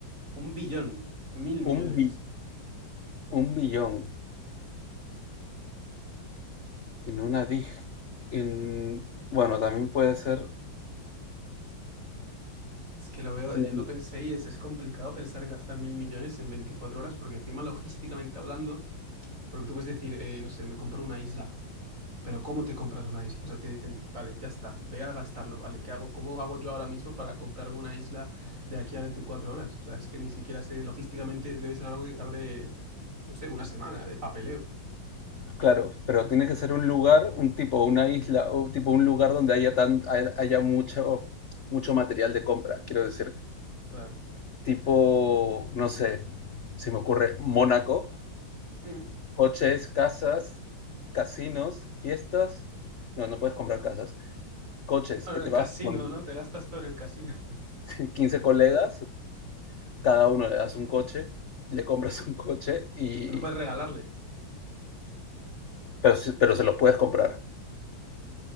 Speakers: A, on the right (about 40°); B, on the left (about 50°).
A: Un billón, mil millones.
B: Un, bi- un millón en una disc. En... Bueno, también puede ser...
A: Es que lo veo,
B: eh,
A: yo lo pensé y es, es complicado pensar en gastar mil millones en 24 horas, porque encima logísticamente hablando, porque tú puedes decir, eh, no sé, me compro una isla. Pero ¿cómo te compras una isla? O sea, te dicen, vale, ya está, ve a gastarlo, vale, ¿qué hago? ¿Cómo hago yo ahora mismo para comprarme una isla de aquí a 24 horas? O sea, es que ni siquiera sé, logísticamente debe ser algo que tarde, no sé, una semana de papeleo.
B: Claro, pero tiene que ser un lugar, un tipo, una isla, o tipo un lugar donde haya, tan, haya mucho, mucho material de compra. Quiero decir,
A: Claro.
B: tipo, no sé, se me ocurre Mónaco,
A: Mm.
B: coches, casas, casinos, fiestas. No, no puedes comprar casas coches,
A: Bueno,
B: que te
A: el casino,
B: vas con
A: ¿no? Te gastas todo en el casino.
B: <laughs> quince
A: Sí.
B: colegas, cada uno le das un coche, le compras <laughs> un coche y
A: <laughs> No puedes regalarles.
B: pero, se- pero se los puedes comprar.